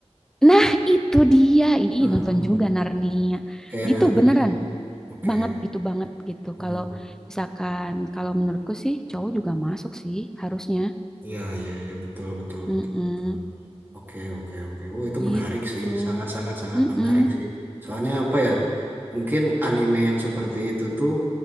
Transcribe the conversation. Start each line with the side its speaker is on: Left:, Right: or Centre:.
Centre: Nah, itu dia. Ih,
Right: Hmm.
Centre: nonton juga Narnia.
Right: Kayak
Centre: Gitu
Right: Narnia
Centre: beneran
Right: ya. Oke.
Centre: banget gitu banget gitu.
Right: Hmm.
Centre: Kalau misalkan kalau menurutku sih cowok juga masuk sih harusnya.
Right: Iya, iya, iya, betul, betul,
Centre: Mm-mm,
Right: betul, betul. Oke, oke, oke. Oh, itu
Centre: gitu.
Right: menarik sih. Sangat, sangat, sangat
Centre: Mm-mm,
Right: menarik sih. Soalnya apa ya? Mungkin anime yang seperti itu tuh